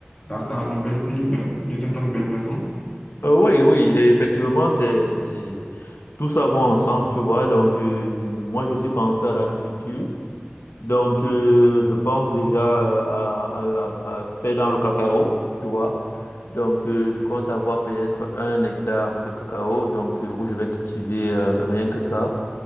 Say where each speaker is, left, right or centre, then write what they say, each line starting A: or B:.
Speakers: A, on the left; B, on the left.
A: dans ta nouvelle ville, euh, dans ta nouvelle maison.
B: Euh, oui, oui, et effectivement, c'est, c'est, tout ça va ensemble, tu vois. Donc, euh, moi, j'ai aussi pensé à l'agriculture. Donc, euh, je pense déjà euh, à, à, à à faire dans le cacao, tu vois. Donc, euh, je compte avoir peut-être un hectare de cacao, donc, euh, où je vais cultiver euh, rien que ça.